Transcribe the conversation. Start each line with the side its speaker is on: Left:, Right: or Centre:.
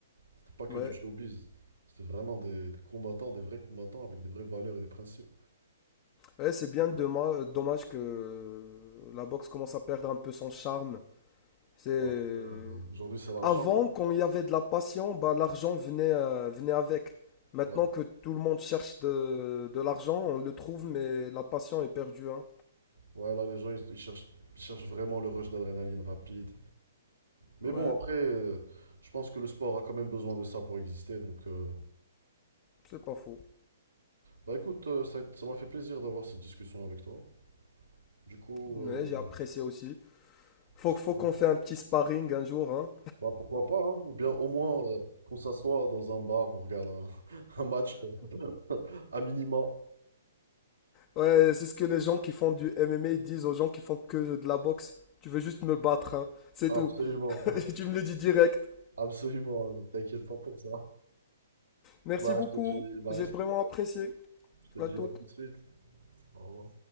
Right: C'était pas que
Left: Ouais,
Right: du showbiz. C'était vraiment des, des combattants, des vrais combattants avec des vraies valeurs et des principes.
Left: ouais c'est bien dommage, dommage que la boxe commence à perdre un peu son charme. C'est
Right: Alors que, euh, aujourd'hui, c'est l'argent.
Left: avant
Right: non
Left: quand il y avait de la passion, bah l'argent venait euh, venait avec. Maintenant
Right: Ouais.
Left: que tout le monde cherche de, de l'argent, on le trouve mais la passion est perdue, hein.
Right: Ouais, là, les gens, ils, ils cherchent, ils cherchent vraiment le rush d'adrénaline rapide. Mais
Left: Ouais,
Right: bon, après, euh, je pense que le sport a quand même besoin de ça pour exister. Donc, euh,
Left: c'est pas faux.
Right: bah écoute, euh, ça, ça m'a fait plaisir d'avoir cette discussion avec toi. Du coup,
Left: Mais
Right: euh,
Left: j'ai apprécié aussi. Faut,
Right: si
Left: faut
Right: tu
Left: qu'on
Right: veux,
Left: fait un petit sparring un jour, hein.
Right: bah pourquoi pas, hein Ou bien au moins euh, qu'on s'assoit dans un bar, on regarde un, <laughs> un match. euh, À minima.
Left: Ouais, c'est ce que les gens qui font du MMA disent aux gens qui font que de la boxe. Tu veux juste me battre, hein. C'est
Right: Absolument.
Left: tout. <laughs> Et tu me le dis direct.
Right: Absolument. mais T'inquiète pas pour ça.
Left: Merci
Right: Bah,
Left: beaucoup.
Right: je te dis, bah,
Left: J'ai
Right: je
Left: vraiment apprécié.
Right: te dis
Left: À toute.
Right: à tout de suite. Au revoir.